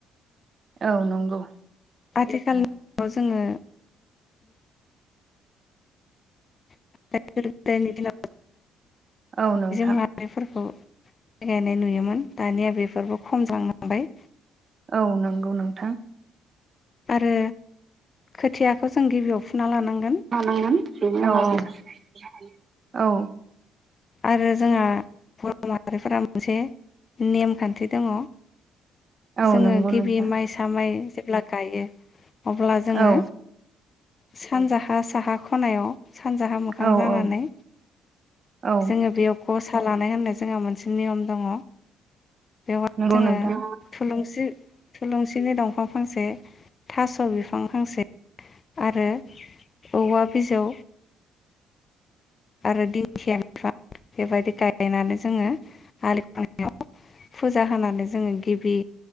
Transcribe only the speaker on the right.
औ नंगौ।
औ नोंथां
औ नंगौ नोंथां।
लानांगोन औ औ औ
औ
नंगौ
नोंथां
औ
औ
औ औ
नंगौ
नोंथां